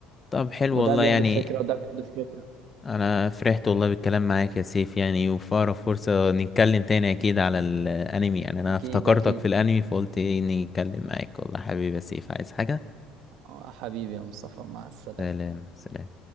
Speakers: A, on the left (about 20°); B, on the right (about 65°).
A: طب حلو
B: وده
A: والله
B: بيهدف
A: يعني
B: فكرة وده بيهدف فكرة
A: انا فرحت والله بالكلام معاك يا سيف يعني وفي اقرب فرصه نتكلم تاني اكيد على الانمي يعني انا
B: اكيد
A: افتكرتك
B: اكيد
A: في الانمي فقلت اني اتكلم معاك والله حبيبي يا سيف عايز حاجه
B: آه، حبيبي يا مصطفى مع السلامة
A: سلام سلام